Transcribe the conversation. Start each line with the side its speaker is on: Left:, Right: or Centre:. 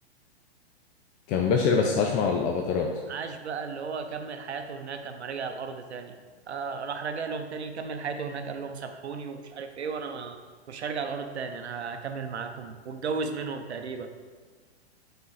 Left: كان بشري بس عاش مع الافاتارات
Right: عاش بقى اللي هو كمل حياته هناك لما رجع الأرض تاني آه راح رجع لهم تاني كمل حياته هناك قال لهم سامحوني ومش عارف ايه وانا ما مش هرجع الأرض تاني انا هكمل معاكم واتجوز منهم تقريبا